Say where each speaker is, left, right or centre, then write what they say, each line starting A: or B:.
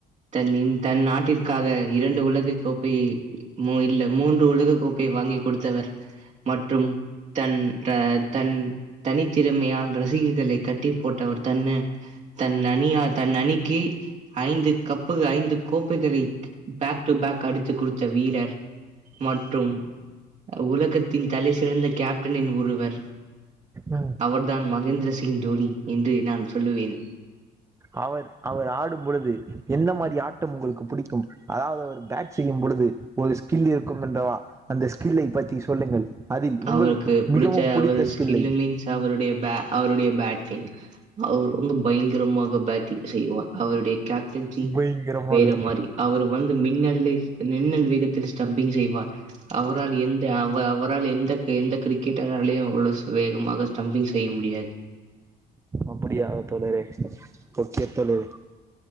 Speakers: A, on the right; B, on the right.
A: தன்னின் தன் நாட்டிற்காக இரண்டு உலகை கோப்பை இல்ல மூன்று உலக கோப்பை வாங்கி கொடுத்தவர் மற்றும் தன் த தன் தனித்திறமையால் ரசிக களை கட்டி போட்டவர் தன் தன் அணிய தன் அணிக்கு ஐந்து கப்புக ஐந்து கோப்பைகளை பேக் டு பேக் அடித்து குடுத்த வீரர் மற்றும் உலகத்தின் தலை சிறந்த கேப்டனின் ஒருவர்
B: ஆ
A: அவர்தான் மகேந்திர சி ங் தோனி என் று நான் சொல்லுவேன்
B: அவர் அவர் ஆடும் பொழுது எந்த மாரி ஆட்டம் உங்களுக்கு புடிக்கும் அதாவது அவர் பேட் செய்யும் பொழுது ஒரு ஸ்கில் இருக்கும் என்றவா அந்த ஸ்கில்லை பத்தி சொல்லுங்கள் அதில் உங்களுக்கு
A: அவருக்கு பிடிச்ச
B: மிகவும் புடித்த
A: அவர்
B: ஸ்கில்லை
A: ஸ்கில் மீன்ஸ் அவருடைய பே அவருடைய பேட்டிங் அவர் வந்து பயங்கரமாக பேட்டிங் செய்வார் அவருடைய கேப்டன்சி
B: பயங்கரமாக
A: வேற மாரி அவர் வந்து மின்னலில் மின்னல் வேகத்தில் ஸ்டம்பிங் செய் வார் அவரால் எந்த அவ அவரால் எந்த எந்த கிரிக்கெட்டராலையு அவ்ளோ வேகமாக ஸ்டம்பிங் செய்ய முடியாது
B: அப்படியா தோழரே ஓகே தோழரே